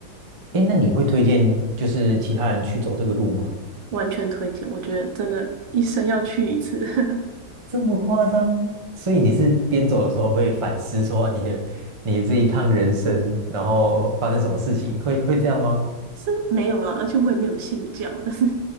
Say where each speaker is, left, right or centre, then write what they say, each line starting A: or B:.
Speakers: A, on the right; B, on the right.
A: 哎，那你会推荐就是其他人去走这个路吗？
B: 完全推荐。我觉得真的，一生要去一次，<laughs>
A: 这么夸张？所以你是边走的时候会反思说啊你的你的这一趟人生，然后发生什么事情，会会这样吗？
B: 是没有了，而且我也没有信教，但是